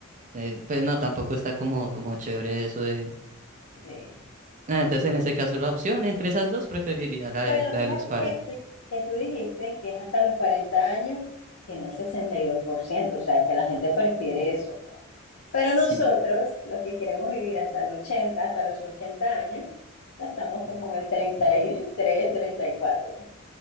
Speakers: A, on the right; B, on the left.
A: eh, pues no, tampoco está como, como chévere eso de...
B: Sí.
A: Ah, entonces en ese caso la opción entre esas dos preferiría la
B: Bueno,
A: de, la
B: fíjate
A: de los cuarenta.
B: que, que tú dijiste que es hasta los 40 años, tiene el 62% o sea que la gente prefiere eso. Pero
A: Sí.
B: nosotros, los que queremos vivir hasta los ochenta hasta los 80 años, ya estamos como en el treinta treinta y tres treinta y cuatro